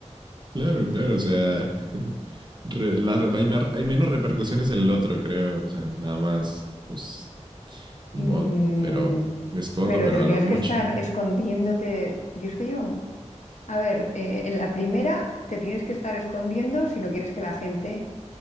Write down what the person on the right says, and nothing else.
Claro, claro, o sea, <laughs> re- la hay, mar- hay menos repercusiones en el otro, creo. O sea, nada más, pues ni
modo, pero me escondo,
pero
a lo mucho.
¿no?